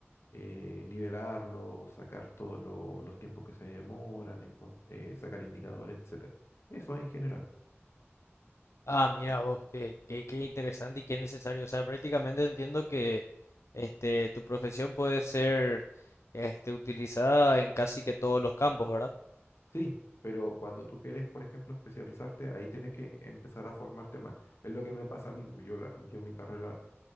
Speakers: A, on the left (about 70°); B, on the left (about 90°).
A: eh, nivelarlos, sacar todos lo- los tiempos que se demoran, encon- eh, sacar indicadores, etcétera. Eso en general.
B: Ah, mira vos, qué, qué, qué interesante y qué necesario. O sea, prácticamente entiendo que este, tu profesión puede ser este, utilizada en casi que todos los campos, ¿verdad?
A: Sí, pero cuando tú quieres, por ejemplo, especializarte, ahí tienes que empezar a formarte más. Es lo que me pasa a mí. pues, Yo, la- yo mi carrera,